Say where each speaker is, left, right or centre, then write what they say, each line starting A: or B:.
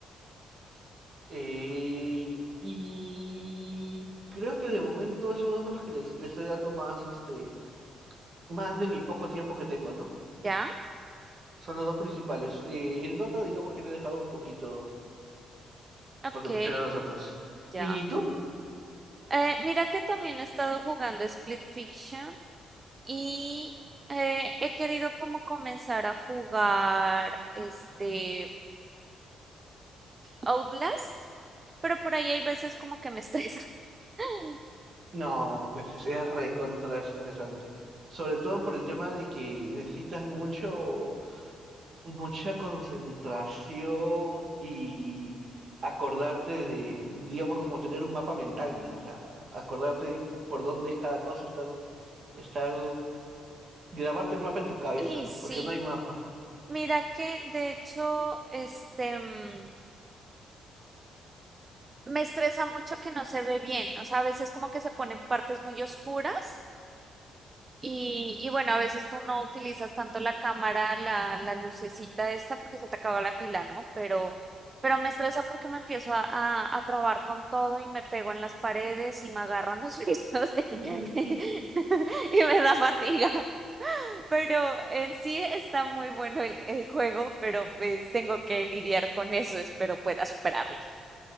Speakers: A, on the right; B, on the right.
A: eh, y creo que de momento esos dos son los que les- le, estoy dando más, este, más de mi poco tiempo que tengo, ¿no?
B: ya,
A: Son los dos principales. Eh, el Dota, digamos que lo he dejado un poquito
B: ok,
A: porque prefiero a los otros.
B: ya.
A: ¿Y tú?
B: Eh, mira que también he estado jugando Split Fiction y eh, he querido como comenzar a jugar este Outlast, pero por ahí hay veces como que me estresa. <laughs>
A: No, pues es, es recontra estresante. Sobre todo por el tema de que necesitas mucho, mucha concentración y acordarte de, digamos, como tener un mapa mental, ¿no? O sea, acordarte por dónde es cada cosa, estar, estar, grabarte el mapa en tu cabeza,
B: Y
A: ¿no?
B: sí,
A: Porque no hay mapa.
B: mira que de hecho, este, mm, me estresa mucho que no se ve bien. O sea, a veces como que se ponen partes muy oscuras y, y bueno, a veces tú no utilizas tanto la cámara, la, la lucecita esta porque se te acaba la pila, ¿no? Pero, pero me estresa porque me empiezo a, a, a trabar con todo y me pego en las paredes y me agarran los brillos <laughs>
A: <laughs>
B: y me da fatiga. Pero en sí está muy bueno el, el juego, pero pues tengo que lidiar con eso. Espero pueda superarlo.